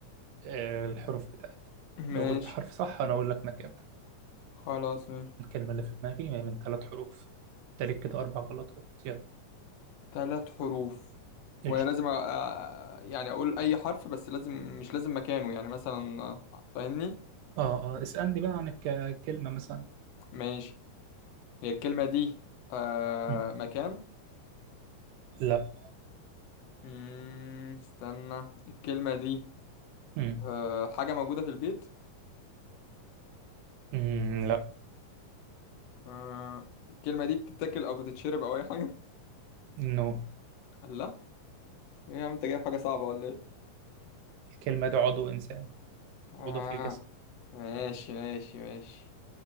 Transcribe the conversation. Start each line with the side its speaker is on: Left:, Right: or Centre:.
Right: آه، الحروف بتاعتها لو
Left: ماشي
Right: قلت حرف صح أنا أقول لك مكان
Left: خلاص ماشي
Right: الكلمة اللي في دماغي هي من ثلاث حروف تالت كده أربع غلطات يلا
Left: ثلاث حروف
Right: قشطة
Left: وانا لازم أ... أ- يعني اقول اي حرف بس لازم مش لازم مكانه يعني مثلا آه، فاهمني
Right: آه آه اسألني بقى عن الك- الكلمة مثلا
Left: ماشي هي الكلمة دي آه
Right: مم.
Left: مكان
Right: لا
Left: مم... استنى الكلمة دي
Right: مم.
Left: آه حاجة موجودة في البيت
Right: مم، لا
Left: آه الكلمة دي بتتاكل او بتتشرب او اي حاجة <laughs>
Right: نو
Left: لا ايه يا عم انت جايب حاجة صعبة ولا ايه
Right: الكلمة ده عضو إنسان
Left: آه
Right: عضو في الجسم
Left: ماشي ماشي ماشي